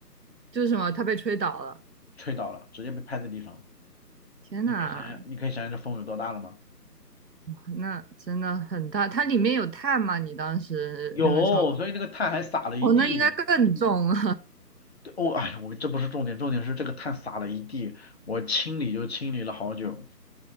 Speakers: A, on the right; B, on the left.
A: 就是什么，他被吹倒了。
B: 吹倒了，直接被拍在地上了。
A: 天呐，
B: 你可以想想，你可以想想这风有多大了吗？
A: 哇那真的很大。它里面有碳吗？你当时那个烧烤？
B: 有，所以那个碳还撒了一地。
A: 哦，那应该更重了，
B: 对我哎呀，我这不是重点，重点是这个碳撒了一地，我清理就清理了好久。